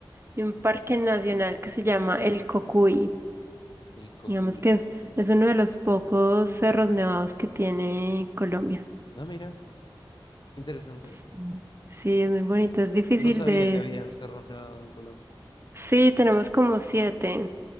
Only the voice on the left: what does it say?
El Cocuy.
No, mira, qué interesante.
No sabía
que había cerros nevados en Colombia.